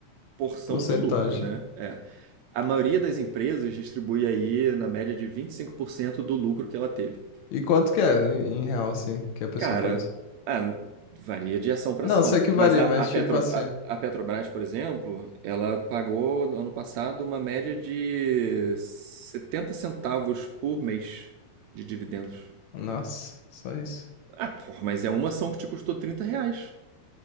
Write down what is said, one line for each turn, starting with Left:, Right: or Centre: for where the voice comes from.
Right: porção
Left: Porcentagem.
Right: do lucro, né? É. A maioria das empresas distribui aí na média de 25% do lucro que ela teve.
Left: E quanto que é em, em real, assim, que a pessoa
Right: Cara,
Left: pode...
Right: ah, varia de ação para
Left: Não,
Right: ação.
Left: eu sei que varia,
Right: Mas a,
Left: mas
Right: a Petro,
Left: tipo assim...
Right: a, a Petrobras, por exemplo, ela pagou no ano passado uma média de 70 centavos por mês de dividendos.
Left: Nossa, só isso.
Right: Ah, porra, mas é uma ação que te custou 30 reais